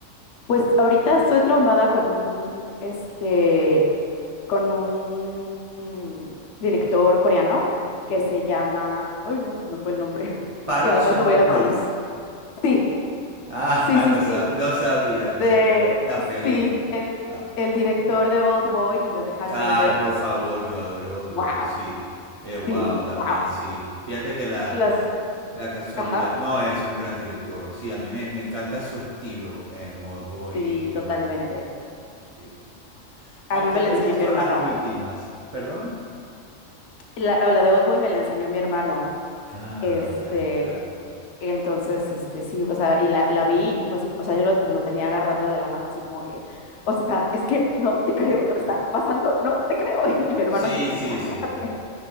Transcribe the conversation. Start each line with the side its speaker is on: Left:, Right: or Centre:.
Left: Pues ahorita estoy traumada con un, este, con un, mm, director coreano que se llama, ay, no, se me fue el nombre. <laughs>
Right: Park
Left: Y además
Right: Chan-wook.
Left: lo voy a pronunciar.
Right: <laughs>
Left: Sí,
Right: Ah,
Left: sí, sí,
Right: lo, sa-
Left: sí.
Right: lo sabía, lo
Left: De,
Right: sabía, lo- la pegué.
Left: sí, el,
Right: Ah.
Left: el director de Old Boy y de The Handmaiden.
Right: Ay, por favor, yo adoro Old
Left: Wow,
Right: Boy, sí. Eh, wow,
Left: sí,
Right: también
Left: wow.
Right: sí. Fíjate que la,
Left: Las,
Right: La casualidad.
Left: ajá,
Right: No, es un gran director. Sí, a mí me, me encanta su estilo en Oldboy
Left: sí,
Right: y,
Left: totalmente.
Right: y bueno, sí.
Left: A
Right: Aunque
Left: mí me la
Right: no he
Left: enseñó
Right: visto
Left: mi hermano.
Right: las últimas. ¿Perdona?
Left: La, o la de Oldboy me la enseñó mi hermano.
Right: Ah,
Left: Este,
Right: ya, claro.
Left: entonces, este, sí, o sea, y la, la vi y fue así, o sea, yo lo, lo tenía agarrando de la mano así como que, o sea, es que no te creo lo que está pasando, no te creo. <laughs> Y mi hermano
Right: Sí,
Left: así que
Right: sí,
Left: ya, relájate.
Right: sí.